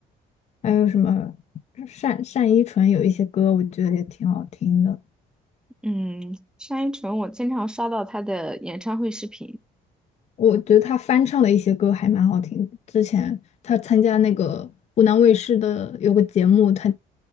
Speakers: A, on the left; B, in the centre.
A: 还有什么单单依纯有一些歌，我觉得也挺好听的。
B: 嗯，单依纯，我经常刷到她的演唱会视频
A: 我觉得他翻唱的一些歌还蛮好听的之前他参加那个湖南卫视的有个节目，他